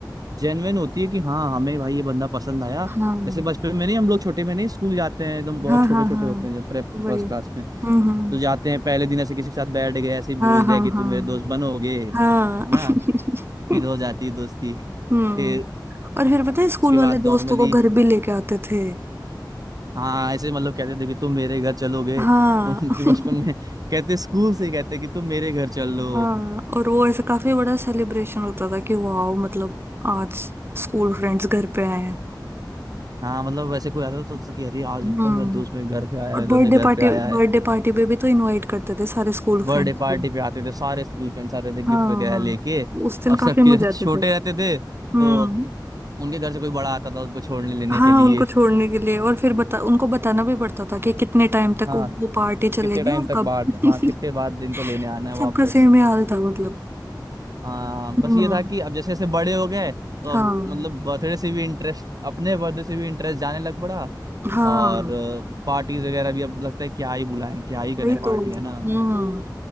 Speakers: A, on the right (about 55°); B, on the right (about 30°).
A: जेन्युइन होती है कि हाँ हमें भाई ये बंदा पसंद आया
B: हाँ
A: जैसे बचपन में नहीं हम लोग छोटे में नहीं स्कूल जाते हैं एकदम बहुत
B: हाँ
A: छोटे
B: हाँ
A: छोटे
B: हाँ
A: होते हैं जब प्रे फर्स्ट
B: वही हम्म
A: क्लास में
B: हम्म
A: तो जाते हैं पहले दिन ऐसे किसी के साथ बैठ गए ऐसे ही बोल
B: हाँ हाँ
A: दिया कि तुम
B: हाँ
A: मेरे दोस्त बनोगे है
B: हाँ <laughs>
A: ना फिर हो जाती है दोस्ती
B: हम्म
A: फिर
B: और फिर पता है स्कूल
A: उसके
B: वाले
A: बाद
B: दोस्तों
A: नॉर्मली
B: को घर भी लेके आते थे
A: हाँ ऐसे मतलब कहते थे कि तुम मेरे घर चलोगे
B: हाँ
A: तुम <laughs> फिर
B: <laughs>
A: बचपन में कहते स्कूल से कहते कि तुम मेरे घर चलो
B: हाँ और वो ऐसे काफी बड़ा सेलिब्रेशन होता था कि वाओ मतलब आज स्कूल फ्रेंड्स घर पे आए हैं
A: हाँ मतलब वैसे कोई आता तो, तो कि अरे आज
B: हम्म
A: तो मेरा दोस्त मेरे घर पे आया
B: और
A: है दोस्त
B: बर्थडे
A: मेरे घर
B: पार्टी
A: पे आया
B: बर्थडे
A: है
B: पार्टी पे भी तो इनवाइट करते थे सारे स्कूल
A: बर्थडे
B: फ्रेंड्स
A: पार्टी पे आते थे सारे स्कूल फ्रेंड्स आते थे गिफ्ट
B: हाँ
A: वगैरह लेके
B: उस दिन
A: और
B: काफी
A: सबके
B: मजे
A: छोटे
B: आते थे
A: रहते थे
B: हम्म
A: तो उनके घर से कोई बड़ा आता था उनको छोड़ने लेने
B: हाँ
A: के लिए
B: उनको छोड़ने के लिए और फिर बता उनको बताना भी पड़ता था कि कितने टाइम तक
A: हाँ
B: वो वो पार्टी चलेगी
A: कितने टाइम
B: और
A: तक
B: कब
A: बाद हाँ कितने
B: <laughs>
A: बाद दिन को लेने आना है वापस
B: सबका सेम ही हाल था मतलब
A: हाँ
B: हम्म
A: बस ये था कि अब जैसे जैसे बड़े हो गए तो
B: हाँ
A: अब मतलब बर्थडे से भी इंटरेस्ट अपने बर्थडे से भी इंटरेस्ट जाने लग पड़ा
B: हाँ
A: और पार्टीज वगैरह भी अब लगता है क्या ही बुलाएं क्या ही करें
B: वही
A: पार्टी
B: तो हम्म
A: है ना